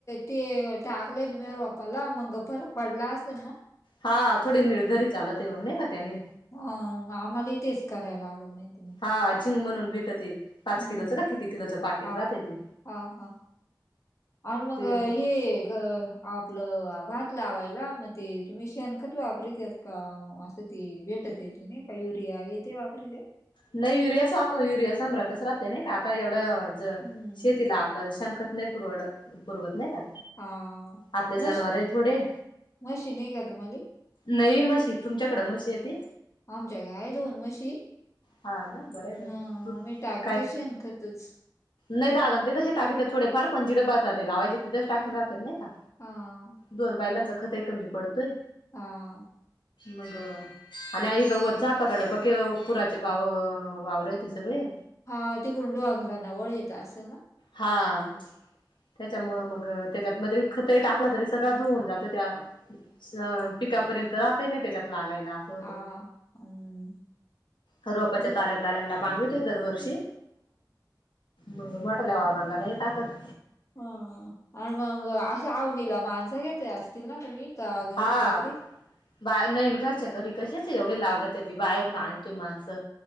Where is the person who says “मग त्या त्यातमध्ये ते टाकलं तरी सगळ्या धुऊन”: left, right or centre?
Left